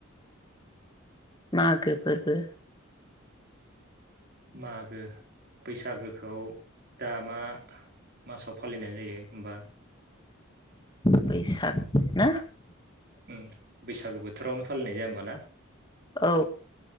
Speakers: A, on the left; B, on the right.
A: मागो फोरबो।
B: मागो बैसागोखौ दा मा मासाव फालिनाय जायो होमबा
A: बैसाग ना
B: उम बैसागो बोथोरावनो फालिनाय जाया होमबा ना?
A: औ